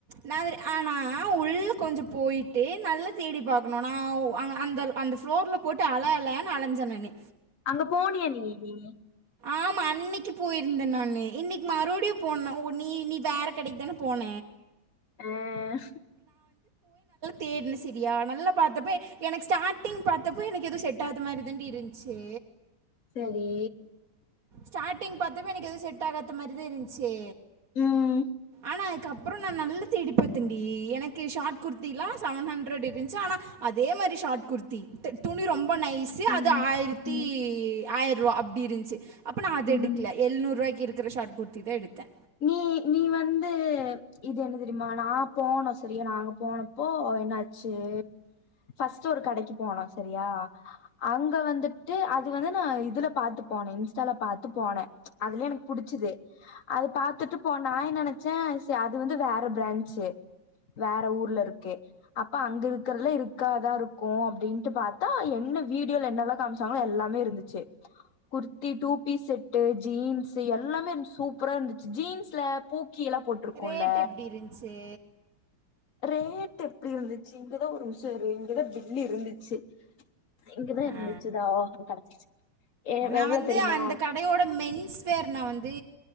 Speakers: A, on the right (about 50°); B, on the left (about 45°).
A: நா <unintelligible> ஆனா உள்ள கொஞ்சோ போயிட்டு நல்லா தேடி பாக்கணு நா உ அங்க அந்த அந்த ஃப்ளோர்ல் போட்டு அல அலன்னு அலஞ்சே நானு
B: அங்க போனியா நீயி
A: ஆமா அன்னிக்கி போய்ருந்தே நானு இன்னிக் மறுடியு போன உ நீ நீ வேற கடைக்தான போன
B: ம்
A: தேட்ண செரியா நல்லா பாத்தப்ப எனக்கு ஸ்டாடிங் பாத்தப்பு எனக் எதுவு செட் ஆத மாரி தாண்டி இருந்ச்சே
B: செரி
A: ஸாடிங் பாத்தப்ப எனக்கு எது செட் ஆகாத மா தி இருந்ச்சு
B: ம்
A: ஆனா அதுக்கப்புறோ நா நல்ல தேடி பாத்தே டி எனக்கு ஷாட் குர்த்தில்லா செவன் ஹண்ரட் இருந்ச் ஆனா அதே மாரி ஷாட் குர்த்தி த துணி ரொம் ப நைஸு
B: உம்
A: அது ஆய்ரித்தி
B: உம்
A: ஆய் ருவா அப்டி இருந்ச்சு அப்போ நா அது எடுக்குல
B: உம்
A: எழ்நூரூபாய்க்கு இருக் குற ஷாட் குர்தி தா எடுத்தே
B: நீ நீ வந்து இது என்ன தெரியுமா நா போனு சரியா நாங்க போனப் போ என்னாச்சு ஃபஸ்ட்டு ஒரு கடைக்கு போனோ செரியா அங்க வந்துட்டு அ து வந்து நா இதுல பாத்துப் போனே இன்ஸ்டால பாத்து போனே அதுலா எனக்கு புடிச்சுது அது பாத்துட்டு போனா நெனச்சே சே அது வந்து வேற பிரான்ச்சு வேற ஊர்ல இருக்கு அப்ப அங்க இருக்கற்லா இருக்காதா இரு கோ அப்டின்ட்டு பாத்தா என்ன வீடியோல என்னலா காமிச்சாங்களோ எல்லாமே இருந்துச்சு kurti two piece set jeans எல்லாமே இருந்ச் சூப் ப்ரா இருந்து சு ஜீன்ஸ்ல பூக்கி எல்லா போட்ருக்கோல்ல
A: ரேட் எப்படி இருந்துச்சு
B: ரேட் எப்டி இருந்துச்சு இங்கதா ஒரு நிம்ஷோ இரு இங்கதா பில்லு இருந்துச்சு இங்கதா
A: அ
B: இருந்துச்சுதா கெடச்சிருச்சு ஏ
A: நா
B: எவ்ளோ
A: வந்து
B: தெரியுமா
A: அந்த கடையோட மென்ஸ் வேர் நா வந்து